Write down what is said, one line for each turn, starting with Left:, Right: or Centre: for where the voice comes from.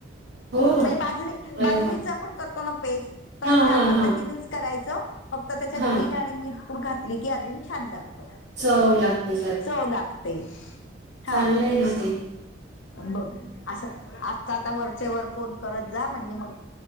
Right: हो
Left: हे बाजरी,
Right: अरे
Left: बाजरीच
Right: वा
Left: आपण करतो ना पेज? तर
Right: हां
Left: त्या
Right: हां
Left: पद्धतीनेच
Right: हां
Left: करायचं. फक्त त्याच्यात
Right: हां
Left: मीठ आणि मीर पूड घातली की अजून छान लागत.
Right: चव लागते
Left: चव लागते. हा
Right: चांगलीए <unintelligible>
Left: बघ. अस अस आता वरचे वर फोन करत जा म्हणजे- मग